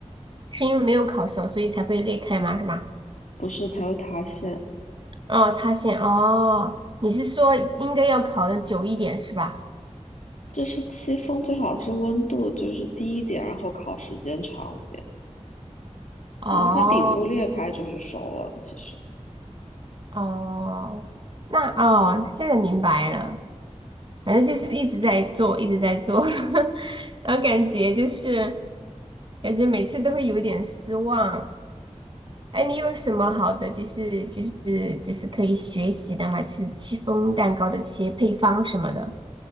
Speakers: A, on the right; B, on the left.
A: 是因为没有烤熟，所以才会裂开嘛，是吧？
B: 不是才会塌陷。
A: 哦，塌陷，哦，你是说应该要烤的久一点是吧？
B: 就是戚风最好是温度就是低一点，然后烤时间长一点。
A: 哦。
B: 如果它顶部裂开就是熟了，其实
A: 哦，那哦，现在明白了，反正就是一直在做，一直在做，<laughs> 然后感觉就是感觉每次都会有一点失望。哎，你有什么好的就是就是就是可以学习的嘛？就是戚风蛋糕的一些配方什么的，